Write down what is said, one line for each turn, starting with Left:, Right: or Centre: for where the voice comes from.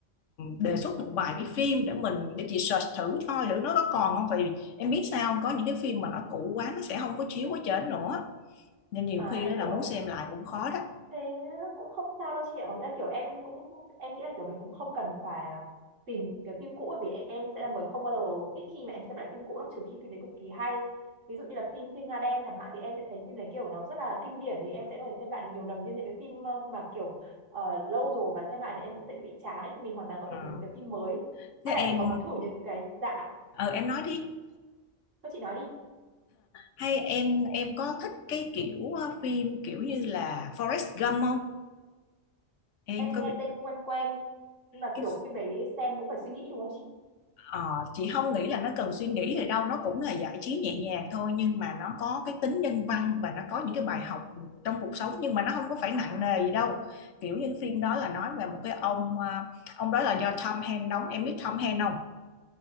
Left: đề xuất một vài cái phim để mình để chị search thử coi thử nó có còn không vì em biết sao không? có những cái phim mà nó cũ quá nó sẽ không có chiếu ở trên nữa nên nhiều
Right: à
Left: khi
Right: em
Left: đó là
Right: hiểu
Left: muốn xem lại cũng khó đó
Right: thế cũng không sao đâu chị ạ có nghĩa là kiểu em cũng em nghĩ là kiểu mình cũng không cần phải ờ, tìm những cái phim cũ bởi vì em sẽ là người không bao giờ ít khi mà em xem lại phim cũ lắm trừ khi phim đấy cực kỳ hay ví dụ như là phim Thiên Nga Đen chẳng hạn thì em sẽ thấy phim đấy kiểu nó rất là kinh điển thì em sẽ có thể xem lại được nhiều lần nhưng những cái phim ờ, mà kiểu ờ, lâu rồi mà xem lại thì em cũng sẽ bị chán ấy thì mình hoàn toàn có
Left: Ờ.
Right: thể tìm những cái phim mới
Left: thế
Right: hay
Left: em
Right: là chị có muốn thử những cái dạ
Left: ờ, em nói đi
Right: thôi chị nói đi
Left: hay em em có thích cái kiểu ờ, phim kiểu như là Forrest Gump không em
Right: em
Left: có
Right: nghe
Left: biết
Right: tên quen quen nhưng mà
Left: cái
Right: kiểu phim đấy xem cũng phải suy nghĩ đúng không chị
Left: ờ, chị không nghĩ là nó cần suy nghĩ thì đâu nó cũng là giải trí nhẹ nhàng thôi nhưng mà nó có cái tính nhân văn và nó có những cái bài học trong cuộc sống nhưng mà nó không có phải nặng nề gì đâu kiểu như cái phim đó là nói về một cái ông ờ, ông đó là do Tom Hanks đóng em biết Tom Hanks không